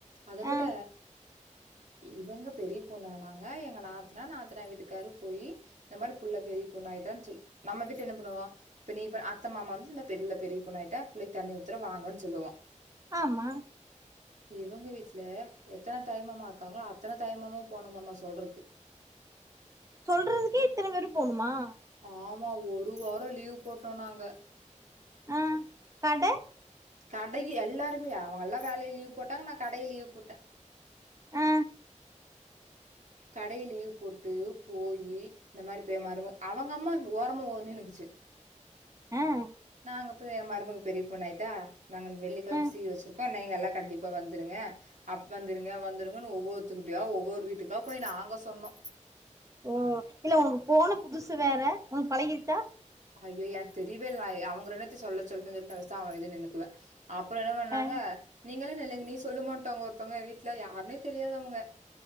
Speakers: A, on the right; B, on the right.
A: அதவிட
B: ஆ
A: இவங்க பெரிய பொண்ணு ஆனாங்க எங்க நாத்தனா நாத்தனார் வீட்டுக்கார் போயி இந்த மாரி புள்ள பெரிய பொண்ணு ஆயிட்டான்னு சொல்லி நம்ப வீட்ல என்ன பன்னுவோ நிதா அத்த‌மாமா‌‌ னு நம்ம தெருவுல பெரிய பொண்ணு ஆயிட்டா புள்ளைக்கு தண்ணி ஊத்தரொம் வாங்கனு சொல்லுவோம்
B: ஆமா
A: இவங்க வீட்டு்ல எத்தன தாய்மாமா இருக்காங்களோ அத்தன தாய்மாமாயு போணும்மம்மா மா சொல்றக்கு
B: சொல்றதுக்கே இத்தன பேரு போணுமா ஆ
A: ஆமா ஒரு வாரோ லீவ் போட்டோ நாங்க
B: ஆஹ கட
A: கடைக்கு எல்லாருமே அவங்க எல்லா வேலைய லீவு போட்டாங்க நா கடைய லீவு போட்ட
B: ஆ
A: கடை ய லீவு போட்டு போயி இந்த மாதிரி பேய மாறிதா அவங்க அம்மா ஓரமா ஒதிங்கி நின்னுக்குச்சு
B: ஆஹ
A: நாங்க போய் எ மருமக பெரிய பொண்னு ஆயிட்டா நாங்க வெள்ளிக்கிழம்
B: ஆ
A: சீர் வச்சிருக்கோ நீங்க எல்லா கண்டிப்பா வந்துருங்க அப்ப வந்துருங்க வந்துருங்கன்னு ஒவ்வொருத்துர்க்கிட்யா ஒவ்வொரு வீட்டுக்கா போய் நாங்க சொன்னோ
B: ஓ இல்ல உனக்கு போன புதுசு வேற உனக்கு பழகிருத்தா
A: ஐயோ எனக்கு தெரியவே இல்ல அவங்க ரெண்டுபே சொல்ல சொல்லன்னு நா பெசாம வேலியா நின்னுக்குவ அப்ரோ என்ன பண்ணாங்க
B: ஆ
A: நீங்கலே இல்ல இல்லைங்க நீ சொல்லுமான்டாங்க ஒருத்தவங்க வீட்டுல யாருனே தெரியாது அவங்க